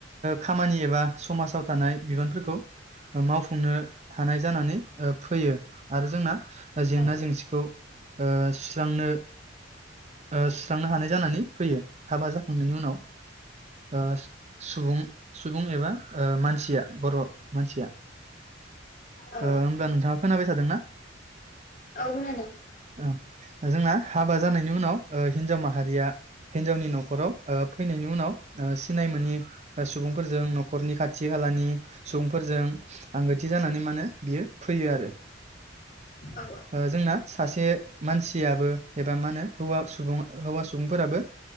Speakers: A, on the right (about 35°); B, on the left (about 45°).
A: खामानि एबा समाजाव थानाय बिबानफोरखौ मावफुंनो हानाय जानानै ओ फैयो आरो जोंना जेंना
B: औ
A: जेंसिखौ ओ सुस्रांनो ओ सुस्रांनो हानाय जानानै फैयो हाबा जाखांनायनि उनाव ओ सुबुं सुबुं एबा मानसिया बर' मानसिया।
B: औ
A: ओ होमब्ला नोंथांआ खोनाबाय थादोंना?
B: औ खोनादों।
A: औ जोंना हाबा जानायनि उनाव ओ हिनजाव मा हारिया हिनजावनि न'खराव ओ फैनायनि उनाव ओ सिनाय मोनि सुबुंफोरजों न'खरनि खाथि खालानि सुबुंफोरजों आंगोथि जानानै मा होनो बियो फैयो आरो।
B: औ
A: ओ जोंना सासे मानसियाबो एबा मा होनो हौवा सुबुं हौवा सुबुंफोराबो